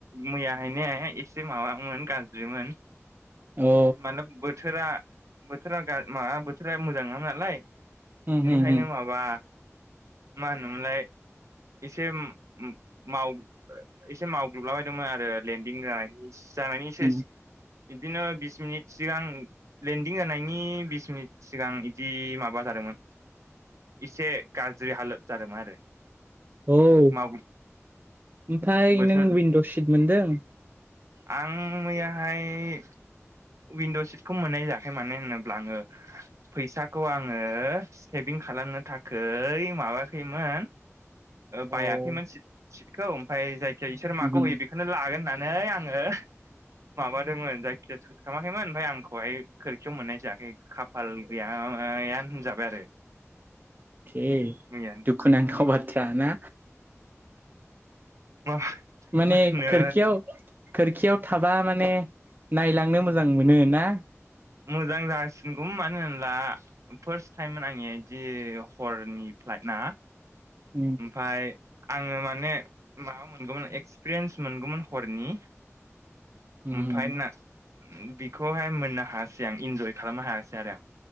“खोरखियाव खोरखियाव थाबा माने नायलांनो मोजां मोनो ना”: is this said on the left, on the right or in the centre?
Right